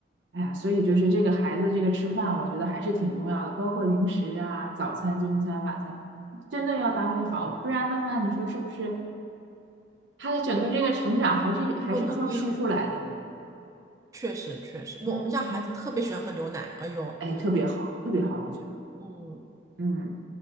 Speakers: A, on the right (about 75°); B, on the right (about 15°).
A: 哎呀，所以就是这个孩子这个吃饭，
B: 对，
A: 我觉得还是挺重要的，包括零食啊、早餐、中餐、晚餐，真的要搭配好，不然的话，你说是不是他的整个这个成长还是还是靠吃出来的嘛？
B: 就不够不够不够能量。确实确实，我我们家孩子特别喜欢喝牛奶。
A: 嗯嗯，
B: 哎呦，
A: 哎，特别好，特别好，我觉得，
B: 嗯，
A: 嗯，